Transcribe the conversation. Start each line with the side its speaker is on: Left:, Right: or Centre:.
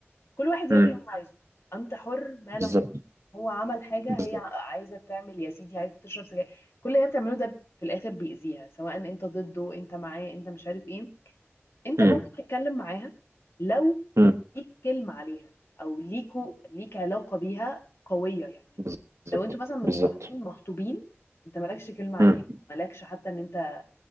Left: كل واحد يعمل
Right: امم
Left: اللي هو عايزه انت حر ما
Right: بالظبط
Left: لم تضر هو عمل حاجه
Right: بالظبط
Left: هي عايزه تعمل يا سيدي عايزه تشرب سجاير كل اللي هي بتعمله ده في الاخر بيأذيها سواء انت ضده انت معاه انت مش عارف ايه انت
Right: امم
Left: ممكن تتكلم معاها لو
Right: امم
Left: ليك كلمه عليها او ليكو ليك علاقه بيها قويه يعني
Right: بالظبط
Left: لو انتوا مثلا متصاحبين
Right: بالظبط
Left: مخطوبين انت مالكش كلمه عليها
Right: امم
Left: مالكش حتى ان انت